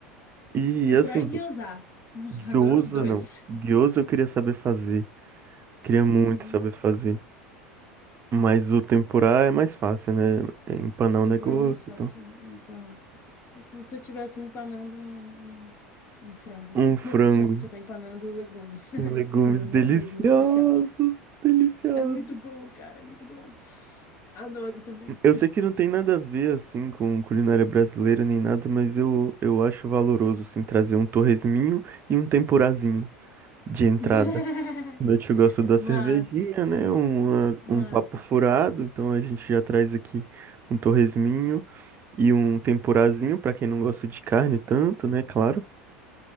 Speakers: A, on the right (about 30°); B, on the left (about 40°).
A: E,
B: Tempurá
A: assim,
B: e gyoza. <laughs>
A: gyoza
B: Adoro os dois.
A: não. Gyoza eu queria saber fazer. Queria muito
B: Uhum.
A: saber fazer. Mas o tempurá é mais fácil, né? É empanar
B: Tempurá
A: o negócio,
B: é mais fácil,
A: então.
B: é empanar. É como se você estivesse empanando um, um um frango.
A: Um
B: <laughs>
A: frango,
B: Só que você tá empanando legumes <laughs>
A: legumes
B: com uma
A: deliciosos,
B: coisinha especial.
A: deliciosos.
B: É muito bom, cara, é muito bom. Adoro também.
A: Eu sei que não tem nada a ver, assim, com culinária brasileira nem nada, mas eu, eu acho valoroso, assim, trazer um torresminho e um tempurazinho de entrada.
B: <laughs>
A: Como eu gosta da
B: Massa,
A: cervejinha, né? Um,
B: massa.
A: um papo furado, então a gente já traz aqui um torresminho e um tempurazinho, pra quem não gosta de carne tanto, né? Claro,